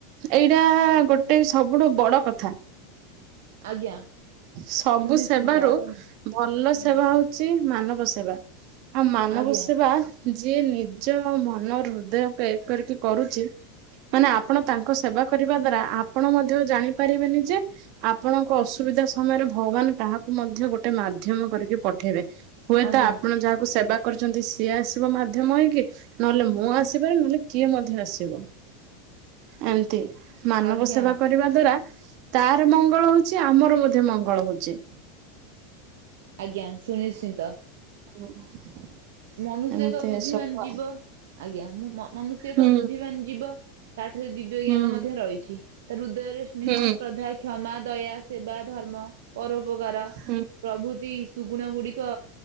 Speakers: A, on the right; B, on the right.
A: ଏଇଟା ଗୋଟେ ସବୁଠୁ ବଡ କଥା।
B: ଆଜ୍ଞା
A: ସବୁ
B: ସୁନିଶ୍ଚିନ୍ତ
A: ସେବାରୁ
B: ଆପଣ
A: ଭଲ
B: ହୁଁ
A: ସେବା ହଉ ଛି ମାନବ ସେବା ଆଉ ମାନବ
B: ଆଜ୍ଞା
A: ସେବା ଯିଏ ନିଜ ମନରୁ ହୃଦୟ <unintelligible> କରିକି କରୁଛି ମାନେ ଆପଣ ତାଙ୍କୁ ସେବା କରିବା ଦ୍ଵାରା ଆପଣ ମଧ୍ୟ ଜାଣିପାରିବେନି ଯେ ଆପଣଙ୍କ ଅସୁବିଧା ସମୟରେ ଭଗବାନ କାହାକୁ ମଧ୍ୟ ଗୋଟେ ମାଧ୍ୟମ କରିକି ପଠେଇବେ। ହୁଏତ
B: ଆଜ୍ଞା
A: ଆପଣ ଯାହାକୁ ସେବା କରିଛନ୍ତି ସିଏ ଆସିବ ମାଧ୍ୟମ ହେଇକି ନହେଲେ ମୁଁ ଆସିବାରେ ନହେଲେ କିଏ ମଧ୍ୟ ଆସିବ। ଏମତି ମାନବ
B: ଆଜ୍ଞା
A: ସେବା କରିବା ଦ୍ଵାରା ତାର ମଙ୍ଗଳ ହଉଛି ଆମର ମଧ୍ୟ ମଙ୍ଗଳ ହଉଛି।
B: ଆଜ୍ଞା ସୁନିଶ୍ଚିନ୍ତ।
A: <inaudible>
B: ମନୁଷ୍ୟକ
A: ଏମିତି
B: ବୁଦ୍ଧିମାନ୍
A: ସବୁ
B: ଯିବ
A: ଆଉ
B: ଆଜ୍ଞା ମ୍ ମନୁଷ୍ୟକ
A: ହୁଁ
B: ବୁଦ୍ଧି ମାନ ଯିବ। ତାଠରେ ଦିବ୍ୟ
A: ହୁଁ।
B: ଜ୍ଞାନ ମଧ୍ୟ ରହିଛି ତା ହୃଦୟରୁ ସ୍ନେହ
A: ହୁଁ
B: ଶ୍ରଦ୍ଧା କ୍ଷମା ଦୟା ସେବା ଧର୍ମ ପରୋପକାର।
A: ହୁଁ
B: ପ୍ରଭୃତି ସୁଗୁଣ ଗୁଡିକ